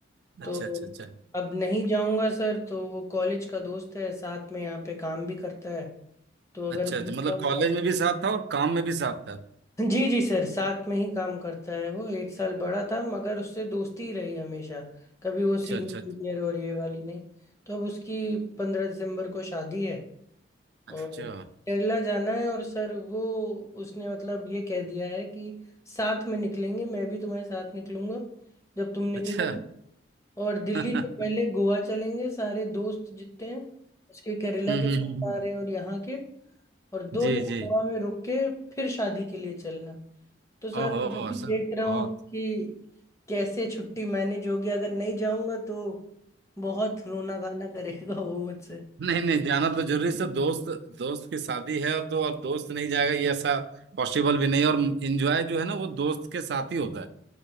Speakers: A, on the left (about 15°); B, on the right (about 55°).
A: तो
B: अच्छा अच्छा अच्छा
A: अब नहीं जाऊंगा सर तो वो कॉलेज का दोस्त है साथ में यहाँ पे काम भी करता है तो अगर
B: अच्छा
A: नहीं
B: अच्छा
A: जाऊंगा
B: मतलब कॉलेज में भी साथ था और काम में भी साथ था
A: जी जी सर साथ में ही काम करता है वो एक साल बड़ा था मगर उससे दोस्ती ही रही हमेशा कभी वो सीनियर
B: अच्छा अच्छा
A: जूनियर और ये वाली नहीं तो अब उसकी पंद्रह दिसंबर को शादी है और
B: अच्छा
A: केरला जाना है और सर वो उसने मतलब ये कह दिया है कि साथ में निकलेंगे मैं भी तुम्हारे साथ निकलूंगा जब तुम निकलोगे
B: अच्छा <laughs>
A: और दिल्ली
B: हम्म
A: से पहले गोवा चलेंगे सारे दोस्त जितने हैं उसके केरला
B: हम्म,
A: के दोस्त
B: हम्म,
A: आ रहे हैं और यहाँ के और दो
B: जी
A: दिन
B: जी
A: गोवा में रुक के फिर शादी के लिए चलना तो सर
B: ओहो
A: वही
B: सर
A: देख
B: बहुत
A: रहा हूँ कि कैसे छुट्टी मैनेज होगी अगर नहीं जाऊंगा तो बहुत रोना गाना करेगा वो मुझसे
B: नहीं नहीं जाना तो जरूरी सर दोस्त दोस्त की शादी है तो अब दोस्त नहीं जाएगा ये ऐसा पॉसिबल भी नहीं और एंजॉय जो है ना वो दोस्त के साथ ही होता है